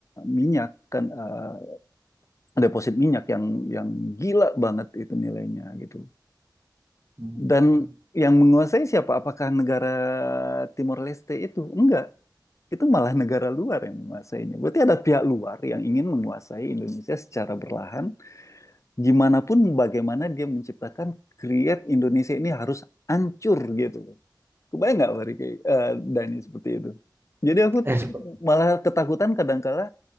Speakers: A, on the left (about 40°); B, on the right (about 30°).
A: minyak kan eh, deposit minyak yang yang gila banget itu nilainya gitu.
B: Hmm.
A: Dan yang menguasai siapa? Apakah negara Timor Leste itu? Enggak. Itu malah negara luar yang menguasainya. Berarti ada pihak luar yang ingin menguasai Indonesia secara berlahan gimana pun bagaimana dia menciptakan create Indonesia ini harus hancur gitu loh. Kebayang nggak Fahri kayak eh, Dani seperti itu? Jadi aku
B: Eh, sebe-
A: malah ketakutan kadangkala